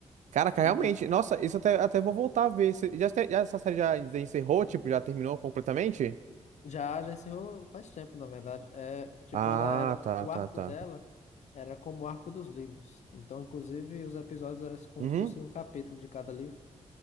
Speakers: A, on the right; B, on the left.
A: Caraca,
B: E,
A: realmente. Nossa, isso até, até vou voltar a ver. Cê- Já, te- já- essa série já encerrou, tipo, já terminou completamente?
B: Já, já encerrou faz tempo, na verdade. É, tipo,
A: Ah,
B: ela era,
A: tá,
B: o
A: tá,
B: arco
A: tá.
B: dela era como o arco dos livros. Então, inclusive, os episódios eram como
A: Uhum.
B: se fosse um capítulo de cada livro.